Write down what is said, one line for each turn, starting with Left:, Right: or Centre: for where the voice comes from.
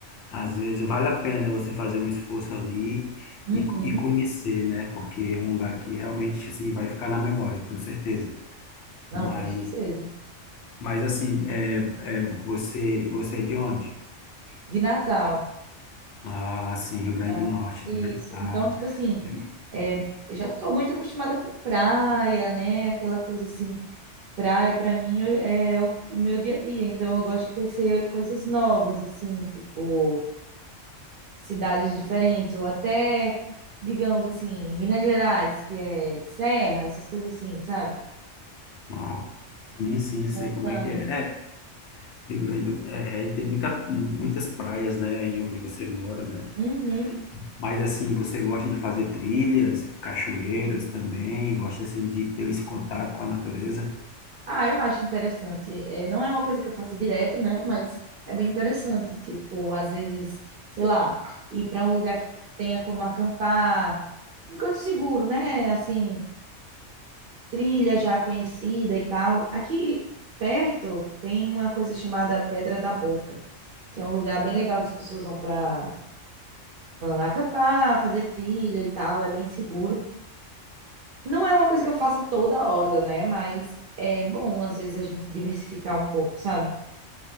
Left: às vezes vale a pena, né, você fazer um esforço ali
Right: Uhum.
Left: e, e conhecer, né? Porque é um lugar que realmente assim vai ficar na memória, eu tenho certeza.
Right: Não,
Left: Mas,
Right: com certeza.
Left: mas assim, é, é, você, você é de onde?
Right: De Natal,
Left: Ah, sim, Rio Grande
Right: então,
Left: do Norte,
Right: isso.
Left: né? Ah,
Right: Então, tipo assim,
Left: eu-
Right: é, já tô muito acostumada com praia, né? Aquela coisa assim, praia pra mim eu- é o, o meu dia a dia, então eu gosto de conhecer coisas novas, assim, tipo cidades diferentes, ou até, digamos assim, Minas Gerais, que é serra, essas coisas assim, sabe?
Left: ah, sim, sim, sei
Right: Montanha.
Left: como é que é. É, Rio Grande do, é, é, e tem muita, mu- muitas praias, né, aí onde você mora, né?
Right: Uhum.
Left: Mas assim, você gosta de fazer trilhas, cachoeiras também, gosta assim de ter esse contato com a natureza?
Right: Ah, eu acho interessante. É, não é uma coisa que eu faço direto, né? Mas é bem interessante. Tipo, às vezes, sei lá, ir para um lugar que tenha como acampar, um canto seguro, né? Assim, trilha já conhecida e tal. Aqui perto tem uma coisa chamada Pedra da Boca, que é um lugar bem legal que as pessoas vão para acampar, fazer trilha e tal, é bem seguro. Não é uma coisa que eu faça toda hora, né? Mas é bom, às vezes, a gente diversificar um pouco, sabe?